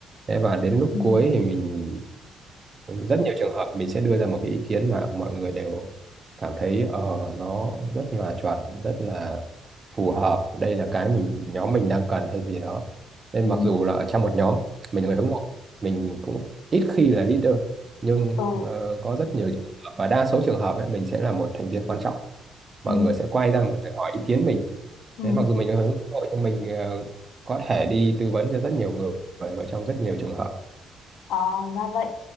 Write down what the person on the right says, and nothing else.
thế và đến lúc
cuối thì mình rất nhiều trường hợp mình sẽ đưa ra một cái ý kiến mà mọi người đều cảm thấy ờ, nó rất là chuẩn rất là phù hợp đây là cái mình nhóm mình đang cần hay gì đó nên
mặc dù là ở trong một nhóm mình là người hướng nội mình cũng ít khi là leader nhưng
ờ, có rất nhiều trường hợp và đa số trường hợp ấy, mình sẽ là một thành viên quan trọng mọi
người sẽ quay ra mình hỏi ý kiến mình
Đấy, mặc dù mình là hướng nội nhưng mình ờ, có thể đi tư vấn cho rất nhiều người và trong rất nhiều trường hợp.